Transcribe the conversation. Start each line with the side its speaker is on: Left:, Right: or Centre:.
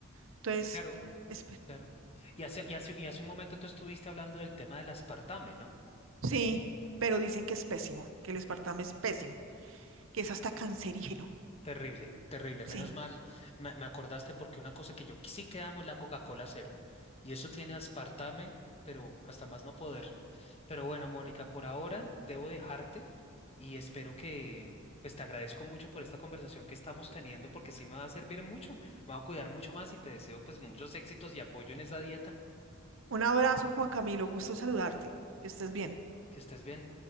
Right: Entonces,
Left: Claro,
Right: espera.
Left: Claro. Y hace, y hace, y hace un momento tú estuviste hablando del tema del aspartame, ¿no?
Right: Sí, pero dicen que es pésimo, que el espartame es pésimo, que es hasta cancerígeno.
Left: Terrible, terrible. Menos
Right: Sí.
Left: mal, me, me acordaste porque una cosa que yo sí que amo es la Coca-Cola cero. Y eso tiene aspartame, pero hasta más no poder. Pero bueno, Mónica, por ahora debo dejarte y espero que, pues te agradezco mucho por esta conversación que estamos teniendo porque sí me va a servir mucho. Me va a cuidar mucho más y te deseo pues muchos éxitos y apoyo en esa dieta.
Right: Un abrazo, Juan Camilo, gusto en saludarte. Que estés bien.
Left: Que estés bien.